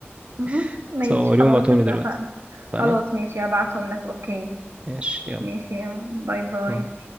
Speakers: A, on the right; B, on the right.
A: مهم.
B: <laughs>
A: ماشي
B: سو اليوم
A: خلاص
B: بعتهم
A: اتفقنا
B: لي دلوقتي اتفقنا
A: خلاص ماشي هبعتهم لك اوكي
B: ماشي يلا
A: ماشي يا باي باي
B: باي.